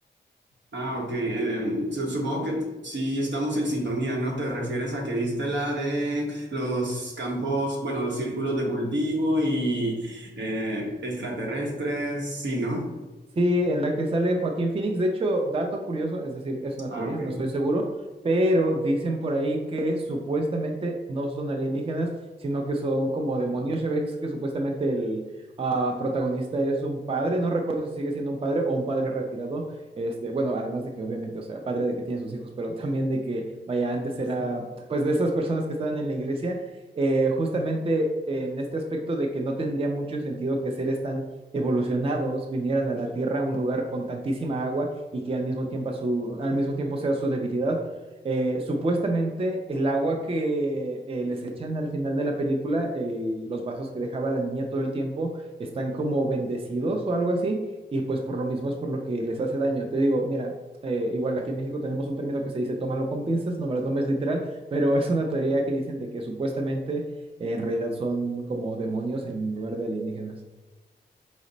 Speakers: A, on the right (about 80°); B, on the right (about 30°).
A: Ah, ok. em, su- supongo que sí estamos en sintonía, ¿no? Te refieres a que viste la de los campos, bueno, los círculos de cultivo y eh, extraterrestres, sí, ¿no?
B: Sí, en la que sale Joaquín Phoenix. De hecho, dato curioso, es decir, es una
A: Ah,
B: teoría,
A: ok.
B: no estoy seguro, pero dicen por ahí que supuestamente no son alienígenas, sino que son como demonios. Ya ves que supuestamente el ah, protagonista es un padre, no recuerdo si sigue siendo un padre o un padre retirado. Este, bueno, además de que obviamente, o sea, padre de que tiene sus hijos, pero también de que, vaya, antes era
A: Sí.
B: pues de esas personas que estaban en la iglesia, eh, justamente en este aspecto de que no tendría mucho sentido que seres tan evolucionados vinieran a la Tierra, a un lugar con tantísima agua y que al mismo tiempo, a su, al mismo tiempo sea su debilidad. Eh, supuestamente el agua que eh, les echan al final de la película, el- los vasos que dejaba la niña todo el tiempo, están como bendecidos o algo así, y pues por lo mismo es por lo que les hace daño. Te digo, mira, eh, igual aquí en México tenemos un término que se dice tómalo con pinzas, no me lo tomes literal, pero es una teoría que dicen de que supuestamente eh, en realidad son como demonios en lugar de alienígenas.